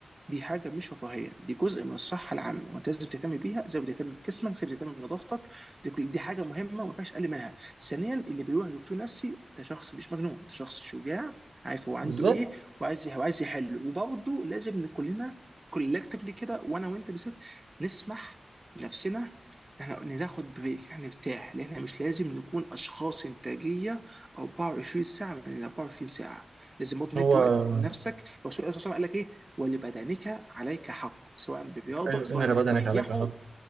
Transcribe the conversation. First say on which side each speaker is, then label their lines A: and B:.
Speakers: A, on the right; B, on the right.
A: دي حاجة مش رفاهية دي جزء من الصحة العامة وانت لازم تهتم بيها زي ما بتهتم بجسمك زي ما بتهتم بنظافتك دي, كل- دي حاجة مهمة وما ينفعش اقل منها ثانيا اللي بيروح دكتور نفسي ده شخص مش مجنون ده شخص شجاع عارف هو عنده
B: بالظبط
A: ايه وعايز وعايز يحل وبرضه لازم إن كلنا كولكتفلي كده وانا وانت بالذات نسمح لنفسنا احنا قلنا ناخد بريك احنا نرتاح لان احنا مش لازم نكون اشخاص انتاجيه 24 ساعه من 24 ساعه لازم برضه
B: هو
A: ندي وقت لنفسك الرسول عليه الصلاه والسلام قال لك ايه ولبدنك عليك حق سواء برياضه
B: أيوة،
A: سواء
B: ان
A: انك
B: بدنك
A: تريحه
B: عليك حق